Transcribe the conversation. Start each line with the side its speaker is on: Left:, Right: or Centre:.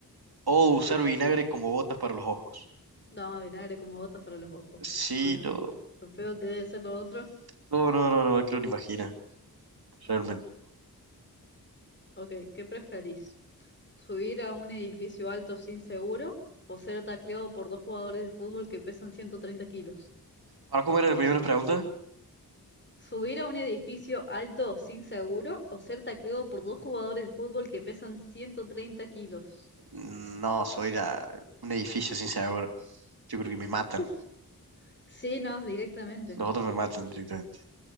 Right: o usar vinagre como botas para los ojos.
Left: No, vinagre como botas para los ojos.
Right: Sí,
Left: No, no.
Right: no.
Left: Lo feo que debe ser lo otro.
Right: No, no, no, no me quiero ni imaginar, realmente.
Left: Ok, ¿qué preferís? ¿Subir a un edificio alto sin seguro o ser tacleado por dos jugadores de fútbol que pesan 130 kilos?
Right: ¿Para comer era la primera pregunta?
Left: ¿Subir a un edificio alto sin seguro o ser tacleado por dos jugadores de fútbol que pesan 130 kilos?
Right: No, soy la- un edificio sin sabor. Yo creo que me matan.
Left: Uf. Sí, no, directamente.
Right: Los otros me matan directamente.